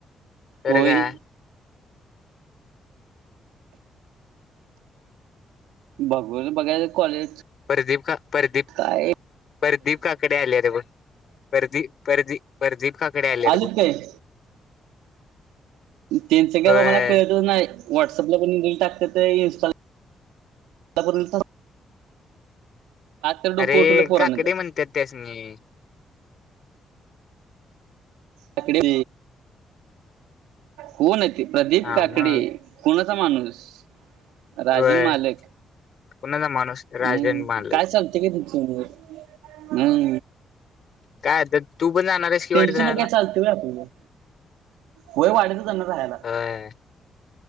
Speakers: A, on the left; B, on the right.
A: तर
B: होय.
A: काय
B: बघू बघायच कॉलेज.
A: परदीप का परदीप
B: काय
A: परदीप काकडे आलेरे बग परदीप परदी. प्रदीप काकडे आलेत
B: आलीत
A: बघ.
B: काय त्याचं काय
A: होय
B: बाबा, मला कळतच नाही. व्हॉट्सअपला पण रील टाकत्यात. इन्स्टाला पण रिल तर डोकं
A: अरे
B: उठवलं पोरानं
A: काकडे
B: त्या
A: म्हणत्यात, त्यासनी.
B: काकडी. कोण आहेत ते प्रदीप
A: हा
B: काकडी.
A: मग
B: कोणाचा माणूस? राजन
A: होय
B: मालक.
A: कोणाचा माणूस राजन
B: हम्,
A: मालक
B: काय चाल ते की तुमचं. हम,
A: काय आता तू पण जाणार आहेस की
B: त्यांच्यासमोर
A: वाडीत राहायला
B: काय चालते व्हय, आपल वय वाढतच जाणार राहायला.
A: व्हय.